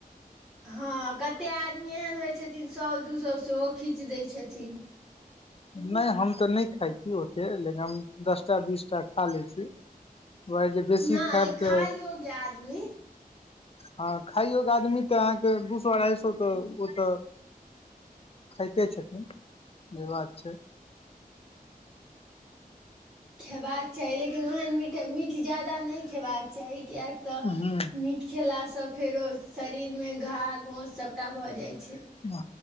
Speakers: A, in the centre; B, on the left (about 40°).
A: हँ कते आदमी एहन होइ छथिन सौ दू सौ सेहो खीच दै छथिन
B: नहि हम तऽ नहि खाइ छी ओते लेकिन हम दसटा बीसटा खा लै छी दुआरे जे बेसी
A: नहि
B: खैब
A: खाइ
B: तऽ
A: योग्य आदमी
B: हँ खाइयोग आदमी तऽ अहाँके दू सौ अढ़ाइ सौ तऽ ओतऽ खाइते छथिन जे बात छै
A: खेबाक चाही लेकिन ओहन मीठ मीठ ज्यादा नहि खेबाक चाही किएक तऽ मीठ
B: हँ
A: मीठ खेला सँ फेरो शरीर मे घा घोस सभटा भऽ जाइ छै
B: हँ